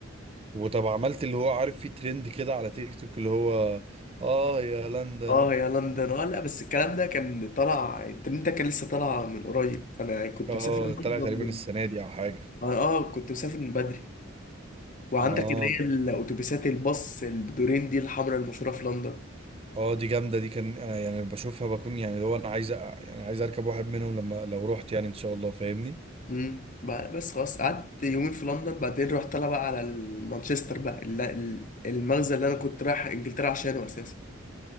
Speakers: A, on the right; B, on the left.
A: وطب عملت اللي هو عارف فيه ترند كده على تيك توك اللي هو اه يا لندن
B: اه يا لندن اه لا بس الكلام ده كان طالع الترند ده كان لسه طالع من قريب انا كنت
A: اه
B: مسافر لندن
A: طلع تقريبا
B: من
A: السنه دي او حاجه
B: اه آه، كنت مسافر من بدري وعندك
A: اه
B: اللي هي الاتوبيسات الباص البدورين دي الحمراء المشهورة في لندن
A: اه دي جامده دي كان أنا يعني بشوفها بكون يعني لو انا عايز أ- يعني عايز اركب واحد منهم لما لو رحت يعني ان شاء الله فاهمني
B: امم بقى- بس خلاص قعدت يومين في لندن بعدين رحت طالع بقى على ال- مانشستر بقى الل- ال- المغزى اللي انا كنت رايح انجلترا عشانه اساسا